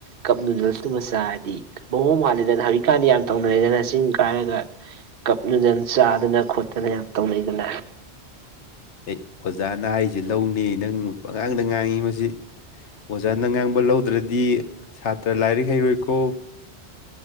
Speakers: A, on the right (about 55°); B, on the left (about 85°).
A: ꯀꯞ ꯅꯨꯗꯜꯁꯇꯨꯃ ꯆꯥꯔꯗꯤ ꯃꯑꯣꯡ ꯍꯥꯂꯦꯗꯅ ꯍꯧꯖꯤꯛꯀꯥꯟꯗꯤ ꯌꯥꯝ ꯇꯧꯅꯔꯦꯗꯅ ꯆꯤꯡ ꯀꯥꯏꯔꯒ ꯀꯞ ꯅꯨꯗꯜ ꯆꯥꯗꯅ ꯈꯣꯠꯇꯅ ꯌꯥꯝ ꯇꯧꯅꯩꯗꯅ꯫
B: ꯑꯩ ꯑꯣꯖꯥꯅ ꯍꯥꯏꯁꯦ ꯂꯧꯅꯤ ꯅꯪ ꯑꯉꯥꯡꯗ ꯉꯥꯡꯉꯤ ꯃꯁꯤ ꯑꯣꯖꯥꯅ ꯉꯥꯡꯕ ꯂꯧꯗ꯭ꯔꯗꯤ ꯁꯥꯇ꯭ꯔ ꯂꯥꯏꯔꯤꯛ ꯍꯩꯔꯣꯏꯀꯣ